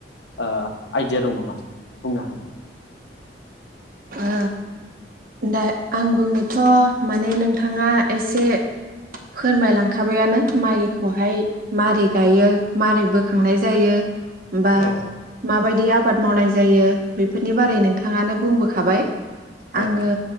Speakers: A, on the left; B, on the right.
A: आह आइडिया दं नामा बुंनो हानाय
B: ओ दा आं बुंनोथ' माने नोंथाङा एसे फोरमायलांखाबायानो माइखौहाय मारै गायो मारै बोखांनाय जायो बा
A: औ
B: माबायदि आब बाद मावनाय जायो बेफोरनि बारै नोंथाङानो बुंबो खाबाय
A: ओ
B: आङो